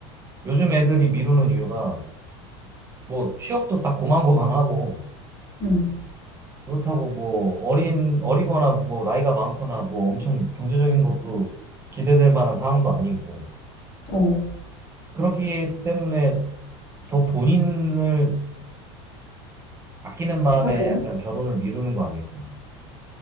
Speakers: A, on the right (about 15°); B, on the left (about 40°).
A: 요즘 애들이 미루는 이유가 뭐 취업도 다 고만고만하고
B: 응,
A: 그렇다고 뭐 어린 어리거나 뭐 나이가 많거나 뭐 엄청 경제적인 것도 기대될 만한 상황도 아니고
B: 어.
A: 그렇기 때문에 더 본인을 아끼는 마음에
B: 생각해줘.
A: 약간 결혼을 미루는 거 아닐까?